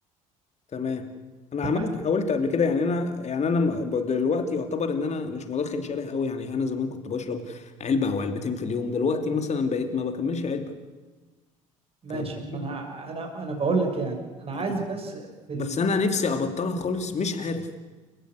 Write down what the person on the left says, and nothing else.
تمام انا
عملت حاولت قبل كده يعني انا يعني انا م- ب- دلوقتي يعتبر ان انا مش مدخن شره قوي يعني انا زمان كنت بشرب علبه او علبتين في اليوم دلوقتي مثلا بقيت ما بكملش علبه
فاهم قصدي؟
آه.
بس انا نفسي ابطلها خالص مش عارف